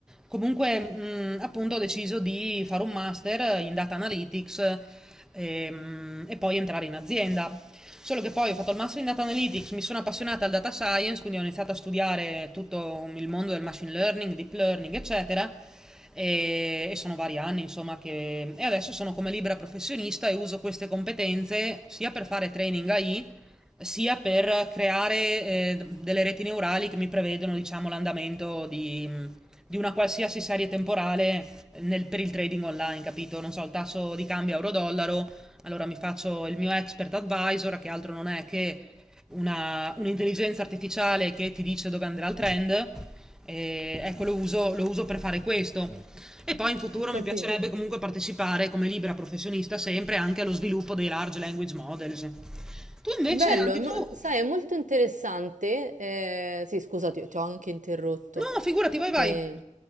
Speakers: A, in the centre; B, on the right.
A: Comunque, mh, appunto, ho deciso di fare un master in data analytics ehm, e, poi entrare in azienda Solo che poi ho fatto il master in data analytics, mi sono appassionata al data science, quindi ho iniziato a studiare tutto il mondo del machine learning, deep learning, eccetera. E, e sono vari anni, insomma, che... E adesso sono come libera professionista e uso queste competenze sia per fare training AI, sia per creare eh, delle reti neurali che mi prevedono, diciamo, l'andamento di, di una qualsiasi serie temporale nel- per il trading online, capito? Non so, il tasso di cambio euro-dollaro allora mi faccio il mio expert advisor, che altro non è che una, un'intelligenza artificiale che ti dice dove andrà il trend. E ecco, lo uso, lo uso per fare questo. E poi in futuro
B: Ho capito.
A: mi piacerebbe comunque partecipare come libera professionista sempre anche allo sviluppo dei large language models. Tu invece,
B: Bello,
A: anche
B: è mo-
A: tu...
B: sai, è molto interessante. eh, sì, scusati, ti ho anche interrotto.
A: No, figurati, vai, vai.
B: Eh,